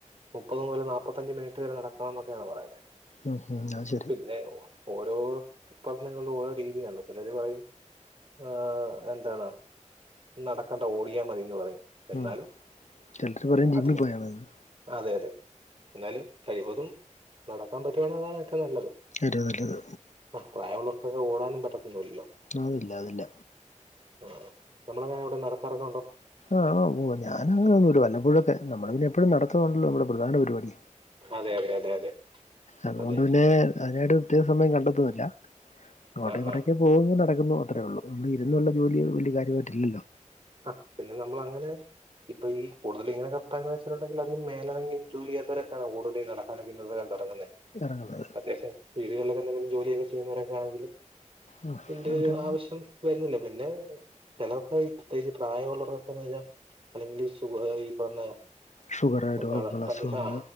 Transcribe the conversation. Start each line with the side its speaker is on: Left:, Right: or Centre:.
Right: മുപ്പത് മുതൽ നാപ്പത്തഞ്ച് മിനിറ്റ് വരെ നടക്കണം എന്നൊക്കെണ് പറയുന്നെ.
Left: ഉം ഉം അഹ്
Right: പിന്നെ ഓരോ പഠനങ്ങളും ഓരോ രീതിയാണ് ചെലര് പറയും. ആഹ് എന്താണ് നടക്കണ്ട ഓടിയാ മതിന്ന് പറയും. എന്നാലും
Left: ഉം, ചിലർ പറയും ജിമ്മിൽ
Right: അധികം
Left: പോയാണെന്ന്
Right: അതെ അതെ എന്നാലും കഴിവതും <unintelligible> നല്ലത്
Left: ഏറ്റവും നല്ലത്
Right: ആ പ്രായള്ളോർക്കൊക്കെ ഓടാനും പറ്റത്ത്ല്ലല്ലോ.
Left: അഹ് ല്ല ത് ല്ല
Right: ആഹ് നമ്മളങ്ങനെ വടെ നടക്കാറൊക്കെണ്ടോ?
Left: ആഹ് ഓ ഞാനങ്ങനെന്നും ഒരു വല്ലപ്പോഴൊക്ക നമ്മള പിന്നെ എപ്പഴും നടത്തുന്നുണ്ടല്ലോ നമ്മ പ്രധാന പരിപാടി.
Right: അതെ അതെ അതെ അതെ
Left: അതുകൊണ്ട്
Right: അതെ
Left: പിന്നെ അതിനായിട്ട് പ്രത്യേക സമയം കണ്ടെത്തുന്നില്ല <unintelligible>
Right: ആ ആ
Left: പോകുന്നു നടക്കുന്നു അത്രേ ഉള്ളൂ ഒന്ന് ഇരുന്നുള്ള ജോലി വലിയ കാര്യമായിട്ടില്ലല്ലോ.
Right: ആഹ് പിന്നെ നമ്മള് അങ്ങനെ ഇപ്പ ഈ കൂട്തൽ ഇങ്ങനക്കെ <unintelligible> അധികം മേലണങ്ങി ജോലി യ്യാത്തരക്കാവു കൂടല് നട ആണങ്കി <unintelligible>
Left: ഇറങ്ങുന്നത്
Right: അത്യാവശ്യം വീടുകളിലൊക്കെ എന്തെലും ജോലിയൊക്കെ ചെയ്യുന്നവരൊക്കെ ആണെങ്കിൽ ഇതിന്റെ
Left: ആ, അവിടെ
Right: ഒരു ആവശ്യം വരുന്നില്ല പിന്നെ ചെലർക്കയി പ്രത്യേകിച്ച് <unintelligible> അല്ലെങ്കിൽ സു ഈ പർഞ്ഞ
Left: ഷുഗർ
Right: എന്താണ്
Left: രോഗങ്ങൾ
Right: പഞ്ചസ
Left: അസുഖങ്ങൾ
Right: ണോ?